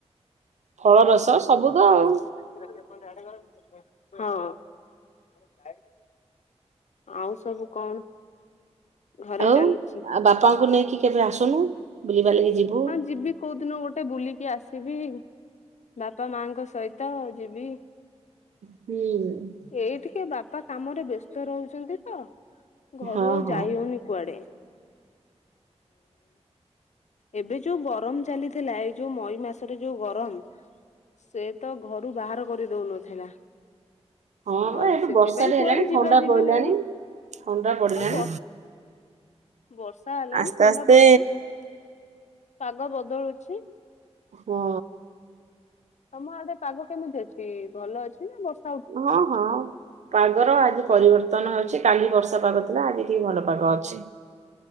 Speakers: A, on the right (about 85°); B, on the left (about 85°).
A: ଫଳରସ ସବୁ ତ ଆଉ।
B: <inaudible> ଆଉ ସବୁ କଣ? ଘରେ
A: ଆଉ
B: ଚାଲିଛି
A: ଆଉ ବାପାଙ୍କୁ ନେଇକି କେବେ ଆସୁନୁ ବୁଲି ବାଲିକି ଯିବୁ।
B: ହଁ ଯିବି କୋଉ ଦିନ ଗୋଟେ ବୁଲିକି ଆସିବି। ବାପା ମାଁଙ୍କ ସହିତ ଯିବି।
A: ହୁଁ।
B: ଏଇ ଟିକେ ବାପା କାମରେ ବ୍ୟସ୍ତ ରହୁଛନ୍ତି ତ ଘରୁ
A: ହଁ
B: ଆଉ
A: ହଁ
B: ଯାଇ ହଉନି। କୁଆଡେ ଏବେ ଯୋଉ ଗରମ ଚାଲିଥିଲା ଏଇ ଯୋଉ ମଇ ମାସରେ ଯୋଉ ଗରମ। ସେ ତ ଘରୁ ବାହାର କରି ଦଉନଥିଲା।
A: ହଁ
B: ଆଉ
A: ବା ଏଠୁ
B: ସେଥିପାଇଁ
A: ବର୍ଷା ଟେ
B: କୁଆଡେ
A: ହେଲାଣି
B: ଯିବା
A: ଥଣ୍ଡା
B: ଯିବି
A: ପଇଲାଣି
B: ନାଇଁ
A: ଥଣ୍ଡା ପଡିଲାଣି।
B: ହଉ ବ ବର୍ଷା ହେଲାାନ
A: ଆସ୍ତେ
B: ଥଣ୍ଡା
A: ଆସ୍ତେ
B: ପଡ଼ିଲାନି। ପାଗ ବଦଳୁଛି।
A: ହଁ।
B: ତମ ଆଡ଼େ ପାଗ କେମିତି ଅଛି ଭଲ ଅଛିନା ବର୍ଷ
A: ହଁ ହଁ। ପାଗର ଆଜି ପରିବର୍ତ୍ତନ ହଉଛି କାଲି ବର୍ଷା ପାଗ ଥିଲା ଆଜି ଟିକେ ଭଲ ପାଗ ଅଛି।